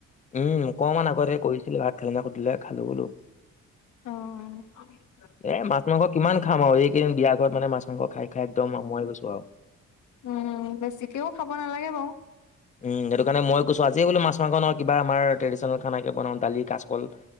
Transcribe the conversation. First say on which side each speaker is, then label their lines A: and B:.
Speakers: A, on the left; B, on the left.
A: উম অকমান আগতে কৰিছিলো ভাত খালী নাই সুধিলে খালো বোলো।
B: অ <unintelligible>
A: এ মাছ মাংস কিমান খাম আৰু এইকেইদিন বিয়া ঘৰত মানে মাছ মাংস খাই খাই একদম অমুৱাই গৈছো আৰু।
B: উম বেছিকেও খাব নালাগে বাৰু।
A: উম সেইটো কাৰণে মই কৈছো আজি বোলো মাছ মাংস ন কিবা আমাৰ ট্ৰেডিচনেল খানা বনাও দালি কাছ অকল